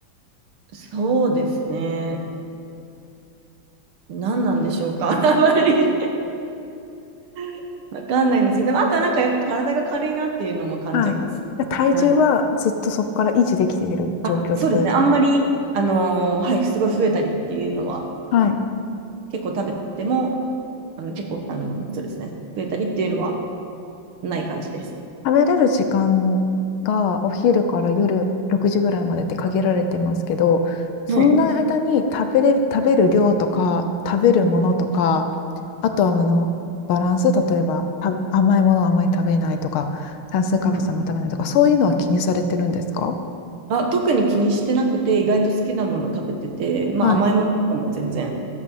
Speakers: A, on the right; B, on the left.
A: そうですね。何なんでしょうか。<laughs> あまり <laughs> わかんないんですけど、でもあとはなんかやっぱ体が軽いなっていうのも感じます。
B: はい。で体重はずっとそこから維持できている状況ってことですか
A: はいあ、そうですね。あんまり、あのーはい、すごい増えたりっていうのは、
B: はい。
A: 結構食べても、あの、結構、あの、そうですね。増えたりっていうのはない感じです。
B: 食べれる時間がお昼から夜6時ぐらいまでって限られてますけど、その間に食べれる、
A: はい。
B: 食べる量とか、食べるものとか、
A: うん
B: あとはあの、バランス、例えば、た甘いものをあまり食べないとか、炭水化物はあんま食べないとか、
A: うん
B: そういうのは気にされてるんですか
A: あ、特に気にしてなくて、意外と好きなもの食べてて、まあ甘いものとかも全然
B: はい